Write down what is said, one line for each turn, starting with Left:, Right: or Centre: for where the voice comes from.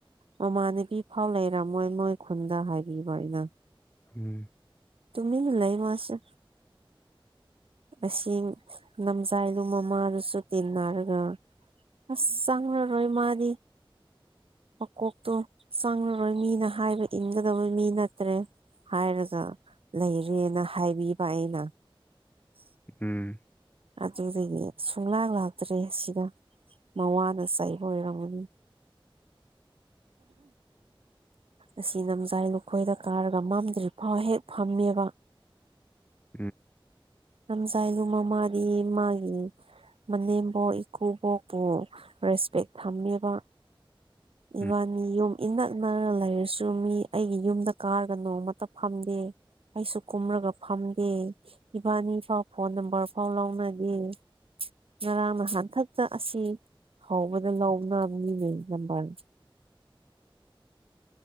Right: ꯃꯃꯥꯟꯅꯕꯤ ꯐꯥꯎ ꯂꯩꯔꯝꯃꯣꯏ ꯃꯣꯏ ꯈꯨꯟꯗ ꯍꯥꯏꯕꯤꯕ ꯑꯩꯅ
Left: ꯎꯝ
Right: ꯇꯨꯝꯃꯤ ꯂꯩꯥꯏ ꯃꯥꯁ ꯑꯁꯤ ꯅꯝꯖꯥꯏꯗꯨ ꯃꯃꯥꯗꯨꯁꯨ ꯇꯤꯟꯅꯔꯒ ꯑꯁ ꯆꯪꯅꯔꯣꯏ ꯃꯥꯗꯤ ꯃꯀꯣꯛꯇꯣ ꯆꯪꯂꯉꯔꯣꯏ ꯃꯤꯅ ꯍꯥꯏꯕ ꯏꯟꯒꯗꯕ ꯃꯤ ꯅꯠꯇ꯭ꯔꯦ ꯍꯥꯏꯔꯒ ꯂꯩꯔꯦꯅ ꯍꯥꯏꯕꯤꯕ ꯑꯩꯅ ꯎ
Left: ꯎꯝ
Right: ꯑꯗꯨꯗꯒꯤ ꯁꯨꯡꯂꯥꯛ ꯂꯥꯛꯇ꯭ꯔꯦ ꯁꯤꯗ ꯃꯋꯥꯅ ꯁꯕ ꯑꯣꯏꯔꯝꯃꯅꯤ ꯑꯁꯤ ꯅꯝꯖꯥꯏ ꯂꯨꯈꯣꯏꯗ ꯀꯥꯔꯒ ꯃꯝꯗ꯭ꯔꯤ ꯐꯥꯎ ꯍꯦꯛ ꯐꯝꯃꯦꯕ
Left: <inaudible>
Right: ꯂꯝꯖꯥꯏꯗꯣ ꯃꯥꯃꯥꯅꯦꯌꯦ ꯃꯥꯒꯤ ꯃꯅꯦꯝꯕꯣꯛ ꯏꯀꯨꯕꯣꯛꯄꯨ ꯔꯦꯁꯄꯦꯛ ꯊꯝꯃꯦꯕ
Left: <inaudible>
Right: ꯏꯕꯥꯅꯤ ꯌꯨꯝ ꯏꯅꯛꯅꯔ ꯂꯩꯔꯁꯨ ꯃꯤ ꯑꯩꯒꯤ ꯌꯨꯝꯗ ꯀꯥꯔꯒ ꯅꯣꯡꯃꯇ ꯐꯝꯗꯦ ꯑꯩꯁꯨ ꯀꯨꯝꯔꯒ ꯐꯝꯗꯦ ꯏꯕꯥꯅꯤꯐꯥꯎ ꯐꯣꯟ ꯅꯝꯕꯔ ꯐꯥꯎ ꯂꯥꯎꯅꯒꯦ ꯉꯔꯥꯡ ꯅꯍꯟꯈꯛꯇ ꯑꯁꯤ ꯍꯥꯎꯕꯗ ꯂꯥꯎꯅꯥꯕꯅꯤꯅꯦ ꯅꯝꯕꯜ